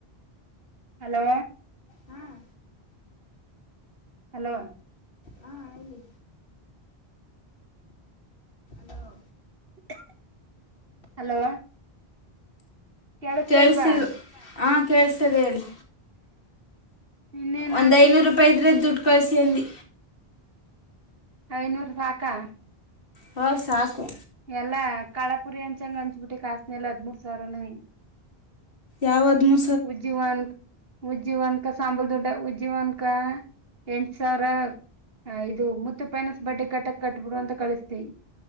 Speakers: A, on the right; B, on the left.
A: ಹಲೋ
B: ಹಾಂ
A: ಹಲೋ
B: ಹಾ ಹೇಳಿ ಹಲೋ
A: <unintelligible> ಹಲೋ ಕೇಳಿಸತಾ
B: ಕೇಳ್ಸತಿಲ್
A: ಇಲ್ವಾ
B: ಹ ಕೇಳ್ಸತದೆ ಹೇಳಿ
A: ಇನ್ನೇನ
B: ಒಂದ್
A: ಅಂದಿ
B: ಐನೂರು. ಪೈ ಇದ್ರೆ ದುಡ್ಡ ಕಳಸಿ ಅಂದಿ.
A: ಐನೂರು ಸಾಕಾ.
B: ಹಾ ಸಾಕು.
A: ಎಲ್ಲಾ ಕಳಾಪುರಿ ಅಂಚಗ ಅಂಚ್ ಬಿಟ್ಟಿ ಕಾಸನ ಎಲ್ಲ ಹದ್ಮೂೂರ್ ಸಾವಿರನು ಈಗ
B: ಯಾವ ಹದ್ಮು
A: ಉಜ್ಜಿವನ್ರ. ಉಜ್ಜೀಿವನಕ ಸಾಂಬಲ್ ದೊಡ್ಡ ಉಜ್ಜೀಿವನಕ ಎಂಟ ಸಾವಿರ. ಹ ಇದು ಮುತ್ತ ಪೈನಸ್ ಬಡ್ಡೆ ಕಟ್ಟಕ್ ಕಟ್ಬಿಡು ಅಂತ ಕಳಿಸ್ತತಿ.